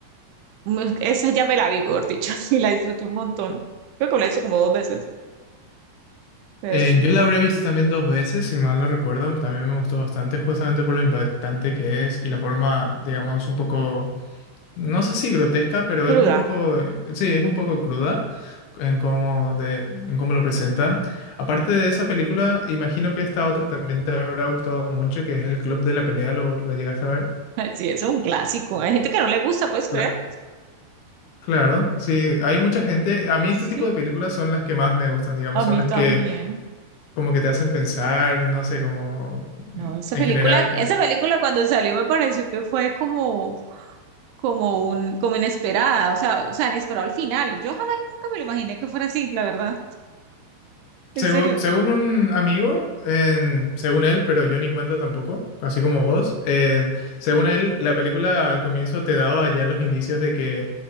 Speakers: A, on the right; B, on the left.
A: <laughs> esa ya me la vi, por dicho, <laughs> y la disfruté un montón. Creo que me la he visto como dos veces. Es
B: Eh, yo la habré visto también dos veces, si mal no recuerdo. También me gustó bastante, justamente por lo impactante que es y la forma, digamos, un poco, no sé si grotesca, pero
A: cruda.
B: es un poco,
A: <laughs>
B: eh, sí, es un poco cruda en cómo, de, en cómo lo presentan. Aparte de esa película, imagino que esta otra también te habrá gustado mucho, que es El Club de la Pelea, ¿lo, lo llegaste a ver?
A: Sí, es un clásico. Hay gente que no le gusta, ¿puedes creer?
B: Cla- Claro, sí, hay mucha gente. A mí
A: Sí,
B: este tipo de películas son las que más me gustan, digamos,
A: a mí
B: son las
A: también.
B: que como que te hacen pensar, no sé, como mm,
A: No, esa
B: en
A: película,
B: general.
A: esa
B: eh,
A: película cuando salió me pareció que fue como, como un, como inesperada, o sea, o sea, inesperado al final. Yo jamás y nunca me lo imaginé que fuera así, la verdad. En
B: Según,
A: serio.
B: según un amigo, en- según él, pero yo ni cuenta tampoco, así como vos, en- según él, la película al comienzo te daba ya los indicios de que